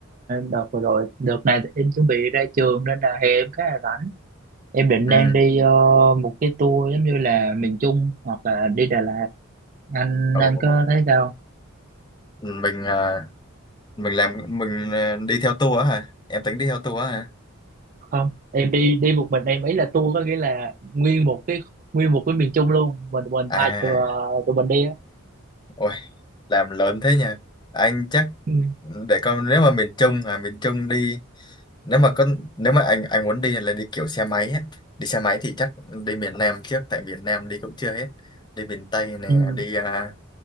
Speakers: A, on the right; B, on the left.
A: đợt vừa rồi, đợt này thì em chuẩn bị ra trường nên là hè em khá là rảnh. Em định
B: Ừ,
A: đang đi ờ, một cái tour giống như là miền Trung hoặc là đi Đà Lạt. Anh
B: ồ,
A: anh có thấy sao
B: mình à, mình làm mình à, đi theo tour á hả? Em tính đi theo tour á hả?
A: không? Em đi đi một mình em ý là tour có nghĩa là nguyên một cái nguyên một cái miền Trung luôn. Mình mình
B: À,
A: hai tụi, tụi mình đi á.
B: ôi, làm lớn thế nhỉ? Anh chắc
A: Ừ.
B: để coi nếu mà miền Trung hả, miền Trung đi. Nếu mà có nếu mà anh anh muốn đi là đi kiểu xe máy á. Đi xe máy thì chắc đi miền Nam trước tại miền Nam đi cũng chưa hết. Đi miền Tây nè,
A: Ừ.
B: đi à,